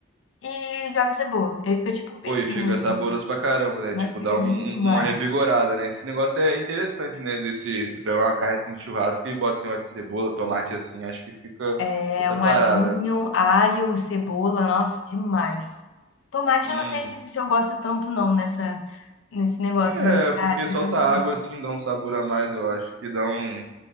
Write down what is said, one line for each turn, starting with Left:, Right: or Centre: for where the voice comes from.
Left: e joga cebola. E aí fica tipo um bifinho,
Right: Pô, e fica
Left: assim,
Right: saboroso pra caramba, né?
Left: mas
Right: Tipo,
Left: fica
Right: dá um-
Left: demais.
Right: um- uma revigorada, né? Esse negócio é interessante, né? Desse, você pegar uma carne assim de churrasco e bota esse negócio de cebola, tomate assim, acho que fica
Left: É
Right: outra
Left: um
Right: parada,
Left: alhinho,
Right: né?
Left: alho, cebola, nossa, demais. Tomate,
Right: Uhum.
Left: eu não sei se, se eu gosto tanto não nessa, nesse negócio,
Right: É,
Left: mas, cara,
Right: porque
Left: fica
Right: solta
Left: muito
Right: água
Left: bom.
Right: assim, dá um sabor a mais, eu acho que dá um,